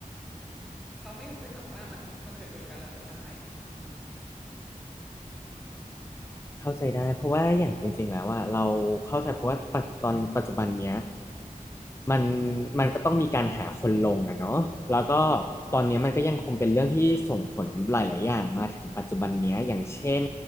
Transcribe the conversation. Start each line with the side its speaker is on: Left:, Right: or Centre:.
Centre: เขาไม่รู้ด้วยซ้ำว่ามันจะเกิดมันจะเกิดเกิดการระเบิดได้เนาะอืม
Left: เข้าใจได้เพราะว่าอย่างจริงๆแล้วว่าเราเข้าใจเพราะว่าปัจตอนปัจจุบันเนี้ยมันมันก็ต้องมีการหาคนลงอะเนาะแล้วก็ตอนเนี้ยมันก็ยังคงเป็นเรื่องที่ส่งผลหลายๆอย่างมาถึงปัจจุบันเนี้ยอย่างเช่น